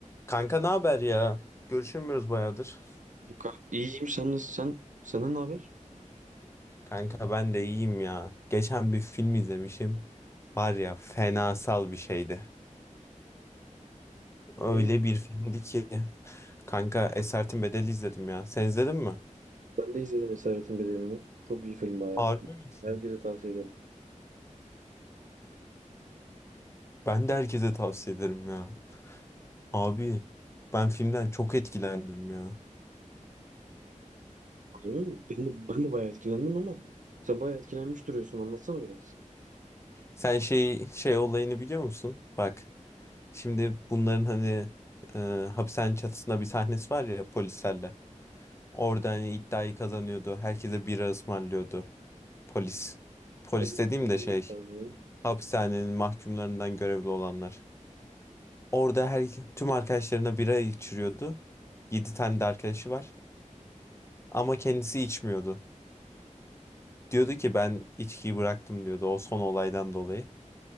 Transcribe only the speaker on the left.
Kanka ne haber ya? Görüşemiyoruz bayağıdır.
Kanka ben de iyiyim ya. Geçen bir film izlemişim. Var ya fenasal bir şeydi. Öyle
bir filmdi ki. Kanka Esaretin Bedeli izledim ya. Sen izledin mi?
Harbi misin?
Ben de herkese tavsiye ederim ya. Abi ben filmden çok etkilendim ya.
Sen şey şey olayını biliyor musun? Bak şimdi bunların hani e, hapishanenin çatısında bir sahnesi var ya polislerle. Orada hani iddiayı kazanıyordu. Herkese bira ısmarlıyordu. Polis. Polis
dediğim
de şey,
hapishanenin mahkumlarından görevli olanlar. Orada her tüm arkadaşlarına bira içiriyordu. yedi tane de arkadaşı var. Ama kendisi içmiyordu. Diyordu ki ben içkiyi bıraktım diyordu o son olaydan dolayı.